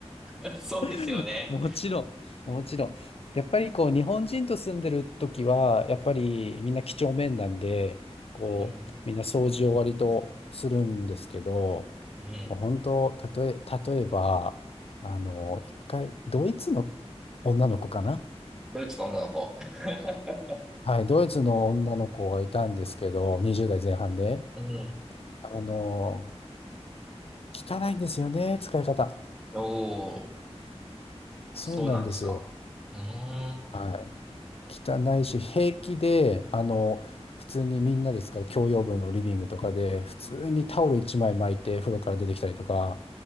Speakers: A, in the centre; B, on the left.
A: ん <laughs> そうですよね。
B: <laughs> もちろん、もちろん。やっぱりこう、日本人と住んでる時は、やっぱりみんな几帳面なんで、こう、
A: うん。
B: みんな掃除を割とするんですけど、
A: うん
B: もう本当、たとえ、例えば、あの、一回、ドイツの女の子かな
A: ドイツの女の子。<laughs>
B: はい、ドイツの女の子がいたんですけど、20代前半で。
A: うん。
B: あの、汚いんですよね、使い方。
A: おー、
B: そうなんですよ。
A: そうなんですか。うーん。
B: はい。汚いし、平気で、あの、普通にみんなで使う共用部のリビングとかで、普通にタオル1枚巻いて風呂から出てきたりとか、